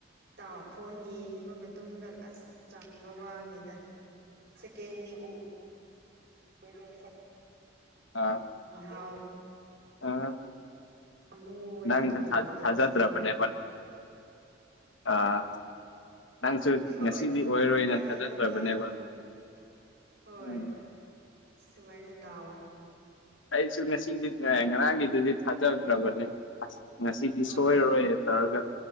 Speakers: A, on the right (about 60°); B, on the left (about 80°).
A: ꯇꯥꯎ ꯐꯣꯟ ꯌꯦꯡꯕ ꯃꯇꯨꯡꯗ ꯑꯁ ꯆꯥꯟꯕ ꯋꯥꯝꯅꯤꯗ ꯁꯦꯀꯦꯟꯗꯤ ꯎ ꯃꯣꯏꯗꯣ ꯐꯛ
B: ꯑꯥ
A: ꯉꯍꯥꯎ
B: ꯑꯥ
A: ꯑꯃꯨꯋꯦ
B: ꯅꯪꯁꯦ
A: ꯑꯗꯨ
B: ꯊꯥꯗꯤ
A: ꯎꯗꯕꯁꯨ
B: ꯊꯥꯖꯗ꯭ꯔꯕꯅꯦ
A: ꯀꯣ
B: <unintelligible> ꯅꯪꯁꯨ
A: ꯍꯣꯏ
B: ꯉꯁꯤꯗꯤ ꯑꯣꯏꯔꯣꯏꯅ
A: ꯊꯥꯖ
B: ꯊꯥꯖꯗ꯭ꯔꯕꯅꯦꯕ
A: ꯊꯥꯖ ꯍꯣꯏ
B: ꯎꯝ
A: ꯁꯨꯃꯥꯏꯅ ꯇꯥꯎꯋꯦ
B: ꯑꯩꯁꯨ ꯉꯁꯤꯗꯤꯅꯦ ꯉꯔꯥꯡꯒꯤꯗꯨꯗꯤ ꯊꯥꯖꯗ꯭ꯔꯕꯅꯦ ꯑꯁ ꯉꯁꯤꯗꯤ
A: ꯍꯣꯏ
B: ꯁꯣꯏꯔꯔꯣꯏꯅ ꯇꯧꯔꯒ